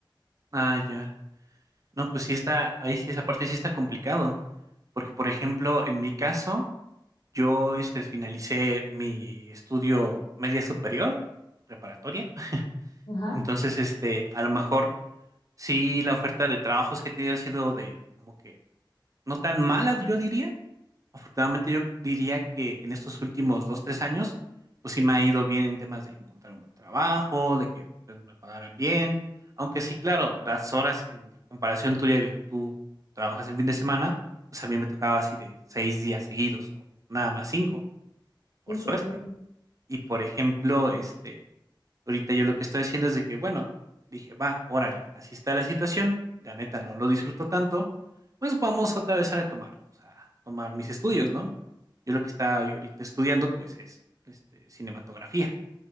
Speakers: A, on the right; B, on the left.
A: Ah, ya. No, pues sí está, ahí sí, esa parte sí está complicado, porque por ejemplo, en mi caso, yo este, finalicé mi estudio media superior, preparatoria,
B: Ajá.
A: entonces este, a lo mejor sí la oferta de trabajos que he tenido ha sido de como que no tan mala, yo diría Afortunadamente yo diría que en estos últimos dos, tres años, pues sí me ha ido bien en temas de encontrar un buen trabajo, de que pues, me pagaran bien, aunque sí, claro, las horas en comparación tuya de que tú trabajas en fin de semana, pues a mí me tocaba así de seis días seguidos o nada más cinco, por
B: Sí, sí,
A: suerte.
B: claro.
A: Y por ejemplo, este, Ahorita yo lo que estoy haciendo es de que, bueno, dije, va, órale, así está la situación, la neta no lo disfruto tanto, pues vamos otra vez a retomar, o sea, a tomar mis estudios, ¿no? Yo lo que estaba ahorita estudiando, pues es este, cinematografía.